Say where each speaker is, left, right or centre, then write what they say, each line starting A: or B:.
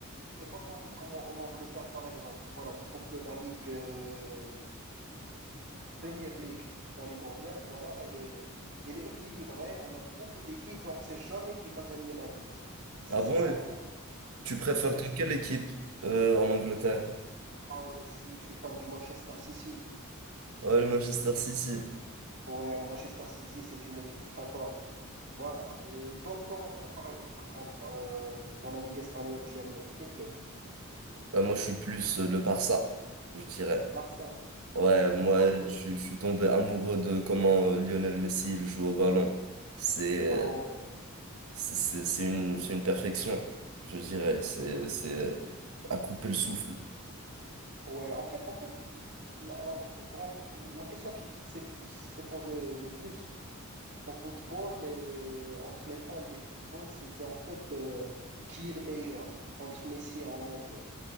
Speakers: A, on the right; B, on the right.
A: c'est pas comme, comme en en Angleterre, par exemple. Voilà, je trouve que la Ligue, euh, la Premier League, la Ligue anglaise, voilà, elle est, elle est équilibrée. On a beaucoup d'équipes et on sait jamais qui va gagner la Ligue. C'est,
B: Ah
A: c'est
B: bon?
A: ça, en fait.
B: Tu préfères
A: Ouais,
B: de quelle
A: c'est-
B: équipe euh, en Angleterre?
A: ah ouais, je suis, je suis fan du Manchester City.
B: Ouais, le Manchester City.
A: Ouais, Manchester City, c'est une équipe très forte. Voilà, euh, toi, toi, par, par contre, euh, dans la Ligue espagnole, tu aimais quel club?
B: Bah, moi, je suis plus euh, le Barça, je dirais.
A: Barça.
B: Ouais, moi,
A: Ah, ok.
B: je, je suis tombé amoureux de comment euh, Lionel Messi il joue au ballon. C'est
A: Ah,
B: euh,
A: ouais.
B: c'est c'est- c'est une, c'est une perfection, je dirais. C'est c'est, euh, à couper le souffle.
A: Ouais. En fait, en fait, la, la- la plus grande, la question qui, qui s'est pu- s'est posée le plus au football et entre les fans des football, c'est, c'est en fait euh, qui est le meilleur entre Messi et Ronaldo.